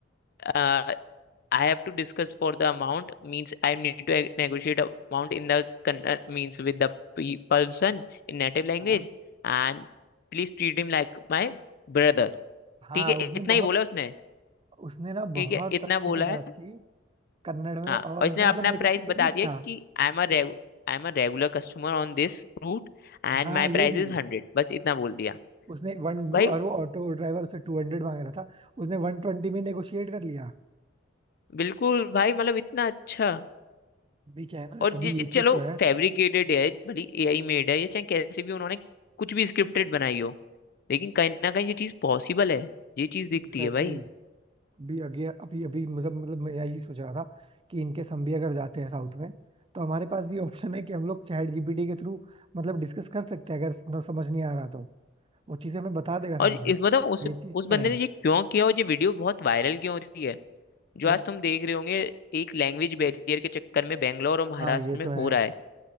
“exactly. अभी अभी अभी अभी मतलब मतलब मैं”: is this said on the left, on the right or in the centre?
Right